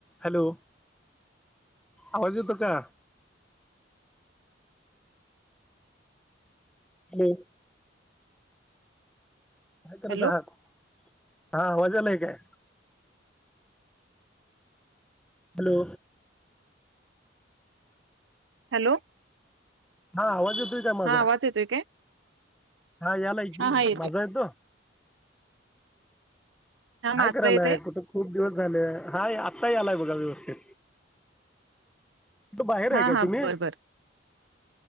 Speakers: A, in the centre; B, on the right (about 85°).
A: Hello आवाज येतो का? हम्. काय करत
B: हॅलो
A: आहात. हा आवाज यायलाय काय? हॅलो.
B: हॅलो.
A: हा आवाज येतोय. का माझा
B: हा आवाज येतोय काय?
A: हा यालाय की
B: हा हा येतोय.
A: माझा येतो.
B: हा माझा
A: काय करायलाय
B: येतय
A: कुठे खूप दिवस झाले हाय काही आलाय बघा व्यवस्थित. तथ बाहेर आहे
B: हा
A: काय
B: हा
A: तुम्ही?
B: बर बर